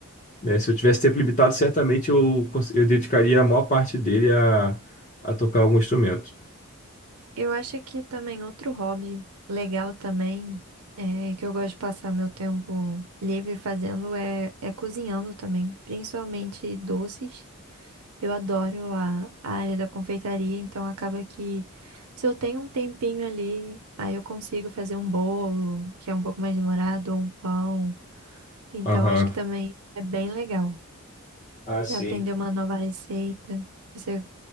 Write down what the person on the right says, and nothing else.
Eu acho que também outro hobby legal também, é, que eu gosto de passar meu tempo livre fazendo é, é cozinhando também, principalmente doces. Eu adoro a, a área da confeitaria, então acaba que se eu tenho um tempinho ali, aí eu consigo fazer um bolo, que é um pouco mais demorado, ou um pão. Então
acho que também é bem legal
aprender uma nova receita. Você